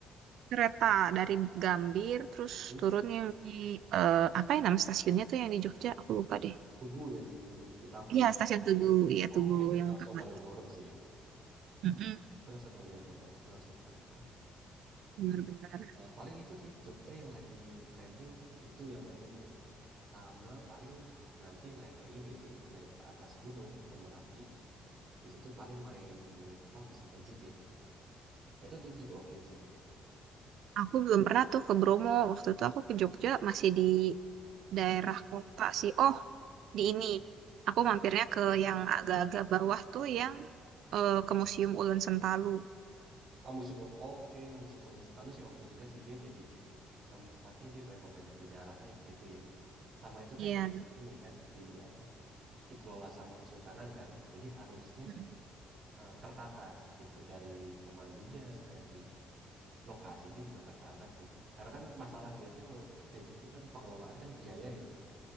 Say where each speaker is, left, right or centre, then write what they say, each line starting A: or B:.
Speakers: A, on the right; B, on the right.
A: kereta dari Gambir terus
B: Hmm?
A: turun yang di eh, apa ya nama stasiunnya tuh yang di Jogja aku lupa deh
B: Tugu ya yang utama
A: Iya,
B: ya.
A: stasiun Tugu, iya
B: Oh
A: Tugu
B: itu, itu
A: yang
B: langsung
A: utama.
B: Malioboro sih ya.
A: Mm-mm,
B: Itu langsung Malioboro, itu langsung Malioboro.
A: Benar-benar.
B: Nah paling itu sih Jogja yang lagi trending kan itu yang baru. Sama paling nanti naik ke ini sih, naik ke atas gunung, ke Merapi. Di situ paling main ini apa wisata jeep ya. Itu itu juga oke sih.
A: Aku belum pernah tuh ke Bromo. Waktu itu aku ke Jogja masih di daerah kota sih. Oh, di ini. Aku mampirnya ke yang agak-agak bawah tuh yang eh, ke Museum Ulen Sentalu.
B: Ah, museum oke, museum Ulang Setalu sih oke juga sih dia jadi tempatnya dia memang banyak sejarahnya di situ ya. Sama itu
A: Iya.
B: kan di- ini kan di apa dikelola sama kesultanan kan. Jadi harusnya
A: Mm-mm.
B: eh, tertata gitu dari pemandunya, dari lokasinya juga tertata sih. Karena kan masalah biasanya kalau kayak gitu kan pengelolaan kan biaya ya.